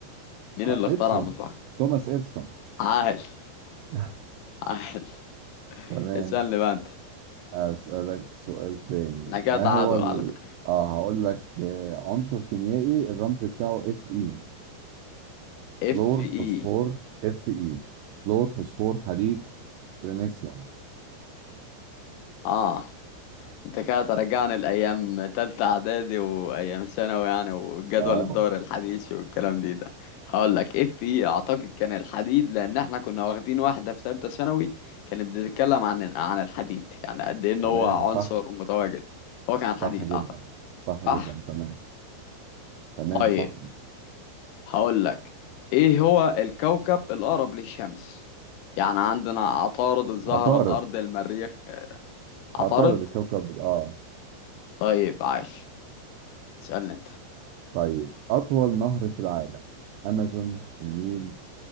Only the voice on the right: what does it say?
آه
اديسون
توماس اديسون
<laughs>
تمام
اسالك سؤال تاني
ما
هو ال...
اه هقول لك آه، عنصر كيميائي الرمز بتاعه اف اي
فلور
فوسفور اف اي فلور فوسفور حديد برينيسيوم
اه
تمام
صح
صح جدا
صح
جدا تمام تمام
صح
عطارد
عطارد الكوكب اه
طيب اطول نهر في العالم امازون النيل